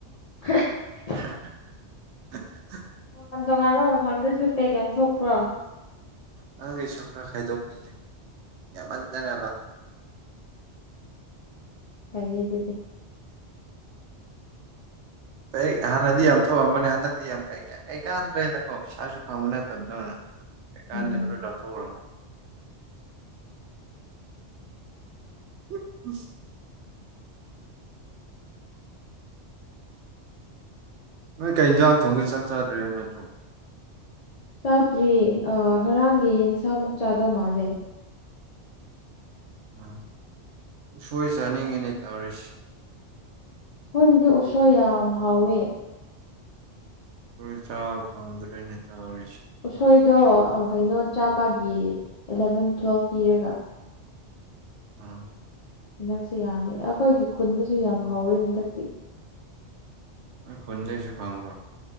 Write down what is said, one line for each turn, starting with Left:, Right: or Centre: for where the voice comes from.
Left: ꯍ <unintelligible>
Right: ꯍ <inaudible>
Left: ꯇꯣꯉꯥꯟ ꯇꯣꯉꯥꯟꯕ ꯃꯐꯝꯗꯁꯨ ꯄꯦꯛ ꯌꯥꯝ ꯊꯣꯛꯄ꯭ꯔꯣ
Right: ꯅꯪꯒꯤꯁꯨ ꯈ꯭ꯔ ꯈꯥꯏꯗꯣꯛꯄꯤꯒꯦ ꯌꯥꯝꯃꯟꯗꯅꯕ
Left: ꯐꯩꯌꯦ ꯑꯗꯨꯗꯤ
Right: ꯀꯩ ꯍꯥꯥꯟ ꯅꯗꯤ ꯌꯥꯝ ꯊꯣꯛꯍꯥꯥꯟ ꯊ ꯌꯥꯝ ꯀꯩ <inaudible> ꯀꯩꯀꯥꯟꯗ꯭ꯔꯦꯅꯀꯣ ꯄꯩꯁꯥꯁꯨ ꯐꯪꯕ ꯅꯠꯇꯕꯗꯨꯅ ꯀꯩꯀꯥꯟꯗꯦꯅ
Left: ꯎꯝ
Right: ꯂꯣꯏ ꯂꯧꯊꯣꯛꯈ꯭ꯔꯝ ꯎ ꯎꯝ <inaudible> ꯅꯣꯏ ꯀꯩ ꯏꯟꯖꯥꯡ ꯊꯣꯡꯒꯦ ꯆꯥꯛ ꯆꯥꯗ꯭ꯔꯦ ꯍꯥꯢꯕꯥ ꯅꯠꯇꯔꯣ
Left: ꯆꯥꯗ꯭ꯔꯤ ꯉꯔꯥꯡꯒꯤ ꯌꯦꯟꯁꯥꯃꯨꯛ ꯆꯥꯗꯧ ꯃꯥꯜꯂꯦ
Right: ꯎꯝ ꯎꯁꯣꯏ ꯆꯥꯅꯤꯡꯉꯤꯅꯦ ꯇꯧꯔꯤꯁꯤ
Left: ꯑꯈꯣꯏꯗꯥꯗꯤ ꯎꯁꯣꯏ ꯌꯥꯝ ꯍꯥꯎꯋꯦ
Right: ꯑꯥꯈꯣꯏ ꯆꯕꯐꯪꯗ꯭ꯔꯦꯅꯤ ꯇꯧꯔꯤꯁꯤ
Left: ꯎꯁꯣꯏꯗꯣ ꯀꯩꯅꯣ ꯆꯥꯝꯃꯒꯤ ꯑꯦꯂꯚꯦꯟ ꯇꯨꯋꯦꯜꯐ ꯄꯤꯔꯒ
Right: ꯎꯝ
Left: ꯍꯟꯗꯛꯁꯤ ꯌꯥꯝꯃꯤ ꯑꯩꯈꯣꯏꯒꯤ ꯈꯨꯟꯗꯁꯨ ꯌꯥꯝ ꯍꯧꯋꯦ ꯍꯟꯗꯛꯇꯤ
Right: ꯅꯣꯏ ꯈꯨꯟꯗꯩꯁꯨ ꯐꯪꯕ꯭ꯔꯣ